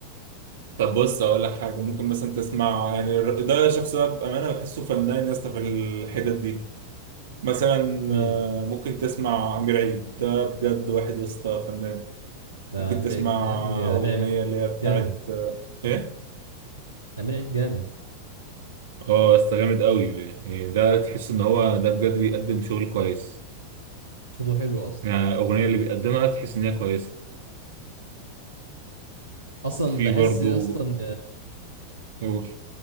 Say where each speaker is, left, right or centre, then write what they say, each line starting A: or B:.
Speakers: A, on the right; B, on the right.
A: طب بص اقول لك حاجه ممكن مثلا تسمع يعني الر- ده شخص ده بامانه بحسه فنان يا اسطى في الحتت دي مثلا
B: مين
A: آه، ممكن تسمع امير عيد ده بجد واحد يا اسطى فنان
B: ده
A: ممكن
B: عمير
A: تسمع
B: عيد يا ابني
A: اغنيه
B: ده عمير عيد
A: اللي هي بتاعت
B: جامد
A: آه، ايه
B: عمير عيد جامد
A: اه بس جامد أوي يعني ده تحس إن هو ده بجد بيقدم شغل كويس
B: صوته حلو اصلا
A: يعني الأغنية اللي بيقدمها تحس إن هي كويسة
B: اصلا
A: في
B: بحس
A: برضو
B: اصلا
A: قول